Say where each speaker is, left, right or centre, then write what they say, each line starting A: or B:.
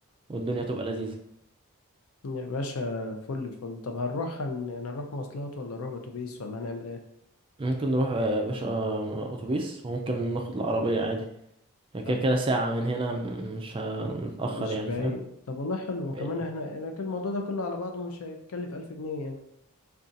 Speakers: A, on the right (about 25°); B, on the left (about 70°).
A: والدنيا تبقى لذيذة
B: يا باشا فل الفل طب هنروح هن... يعني هنروح مواصلات ولا نروح اتوبيس ولا هنعمل ايه
A: ممكن نروح يا باشا أتوبيس وممكن ناخد العربية عادي هي كده
B: طب
A: كده ساعة من هنا م- مش هنتأخر
B: مش
A: يعني
B: بعيد
A: فاهم
B: طب والله حلو
A: بعيد.
B: وكمان احنا إحنا كل الموضوع ده كله على بعضه مش هيكلف 1000 جنيه يعني